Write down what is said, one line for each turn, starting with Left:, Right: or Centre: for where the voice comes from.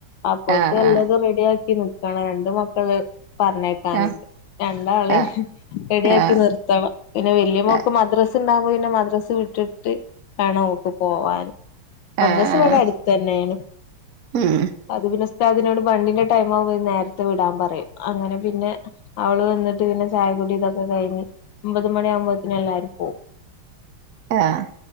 Left: അപ്പത്തെ
Right: ഏഹ്
Left: എല്ലാതും
Right: ആഹ്
Left: റെഡിയ ആക്കി നക്കി ആഹ് രണ്ട് മക്കള് പറഞ്ഞേക്കാനുണ്ട്
Right: ആഹ്
Left: രണ്ടാളെയും
Right: ആഹ്
Left: റെഡിയാക്കി
Right: ആഹ്
Left: നിർ ത്തണം പിന്നെ വലിയ മോക്ക്
Right: ആഹ്
Left: മദ്രസ് ണ്ടാകുമ്പോ പിന്നെ മദ്രാസ് വിട്ടിട്ട് വേണം അവക്ക് പോവാൻ മദ്രാസ്
Right: ആഹ്
Left: ഇവ്ടെ അട് ത്ത് ന്നെയാണ്-
Right: ഉം
Left: അത് പിന്നെ ഉസ്താധിനോട് വണ്ടിന്റെ ടൈം ആവ്മ്പം നേരത്തെ വിടാൻ പറയും അങ്ങനെ പിന്നെ- അവള് വന്നിട്ട് പിന്നെ ചായക്കുടി ഇതൊക്കെ കഴിഞ്ഞ് ഒമ്പത് മണിയ ആകുമ്പോഴ്ത്തേന് എല്ലാരും പോവും
Right: ആഹ് -